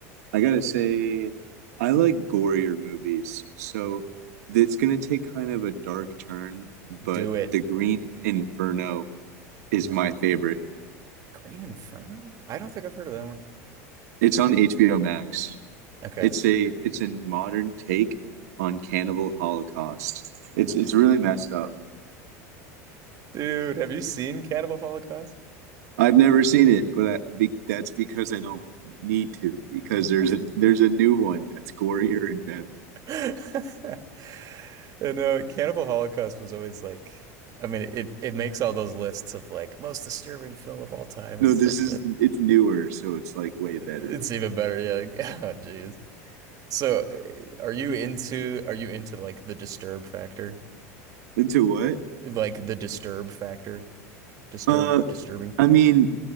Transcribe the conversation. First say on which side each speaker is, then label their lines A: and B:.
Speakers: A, on the right (about 80°); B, on the right (about 45°).
A: I gotta say, I like gorier movies. So it's gonna take kind of a dark turn, but
B: Do it.
A: The Green Inferno is my favorite.
B: Green Inferno? I don't think I've heard of that one.
A: It's on HBO Max.
B: Okay.
A: It's a it's a modern take on Cannibal Holocaust. It's it's really messed up.
B: Dude, have you seen Cannibal Holocaust?
A: I've never seen it, but I, be, that's because I don't need to because there's a there's a new one that's gorier and better.
B: <laughs> And no, Cannibal Holocaust was always like, I mean, it it makes all those lists of like most disturbing film of all time
A: No,
B: and stuff,
A: this is
B: but
A: it's newer, so it's like way
B: uh,
A: better.
B: it's even better. Yeah, like, <laughs> oh, jeez. So, uh, are you into are you into like the disturb factor?
A: Into what?
B: Like the disturb factor? Disturb
A: Uh,
B: disturbing
A: I mean,